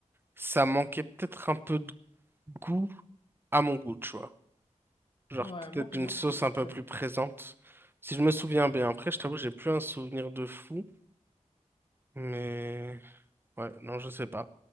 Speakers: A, on the right; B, on the left.
A: Ça manquait peut-être un peu de goût à mon goût, tu vois. Genre
B: Ouais,
A: peut-être
B: moi, pour
A: d'une
B: moi,
A: sauce
B: c'était parfait.
A: un peu plus présente, si je me souviens bien. Après, je t'avoue, j'ai plus un souvenir de fou, mais ouais, non, je sais pas.